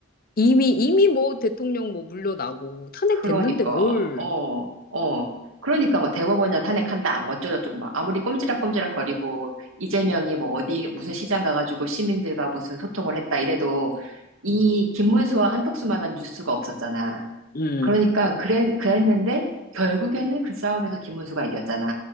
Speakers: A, on the left (about 45°); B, on the right (about 70°).
A: 이미, 이미 뭐 대통령 뭐 물러나고 탄핵됐는데
B: 그러니까,
A: 뭘.
B: 어, 어. 그러니까 뭐 대법원이나 탄핵한다, 뭐 어쩌고저쩌고 막 아무리 꼼지락꼼지락 거리고 이재명이
A: 응,
B: 뭐 어디 무슨 시장 가가지고 시민들과 무슨 소통을 했다 이래도 이
A: 응,
B: 김문수와 한덕수만한 뉴스가 없었잖아.
A: 응,
B: 그러니까 그랬, 그랬는데 결국에는 그 싸움에서 김문수가 이겼잖아.